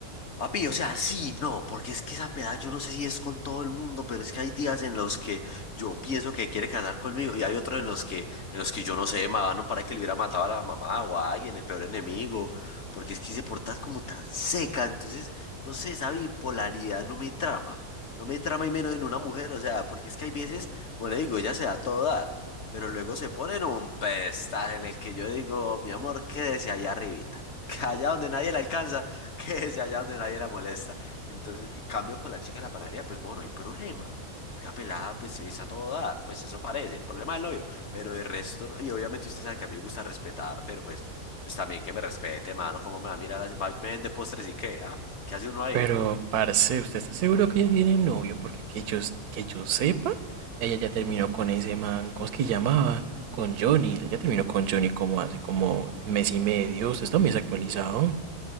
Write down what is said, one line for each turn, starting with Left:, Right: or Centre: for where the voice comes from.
Left: Papi, o sea, sí, no, porque es que esa peda, yo no sé si es con todo el mundo, pero es que hay días en los que yo pienso que quiere casar conmigo y hay otros en los que, en los que yo no sé, no para que le hubiera matado a la mamá o a alguien, el peor enemigo, porque es que se porta como tan seca, entonces, no sé, esa bipolaridad no me trama, no me trama y menos en una mujer, o sea, porque es que hay veces, bueno, digo, ella se da a todo dar, pero luego se pone en un pedestal en el que yo digo, mi amor, quédese allá arribita, <laughs> que allá donde nadie la alcanza. <laughs> que es allá donde nadie la molesta. Entonces, en cambio con la chica de la panadería, pues bueno, no hay problema. Porque la pelada, pues es a todo dar, pues eso parece, el problema del novio, pero el resto no. Y obviamente usted sabe que a mí me gusta respetar, pero pues, pues también que me respete, mano, cómo me va a mirar así, va, me vende postres y qué, ¿ah? ¿Qué hace uno ahí?
Right: Pero, parce, ¿usted está seguro que ella tiene novio? Porque que yo, que yo sepa, ella ya terminó con ese man, ¿cómo es que llamaba? Con Johnny. Ella terminó con Johnny como hace como mes y medio. ¿Usted está muy desactualizado?